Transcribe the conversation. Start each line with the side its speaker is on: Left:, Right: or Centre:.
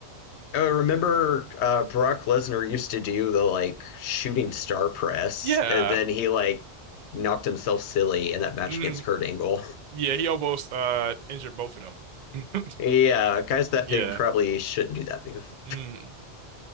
Left: I remember uh, Brock Lesnar used to do the like shooting star press,
Right: Yeah.
Left: and then he like knocked himself silly in that match
Right: Mm.
Left: against Kurt Angle.
Right: Yeah, he almost uh injured both of them.
Left: <laughs>
Right: <laughs>
Left: yeah, guys, that
Right: Yeah.
Left: pig probably shouldn't do that move.
Right: Mm.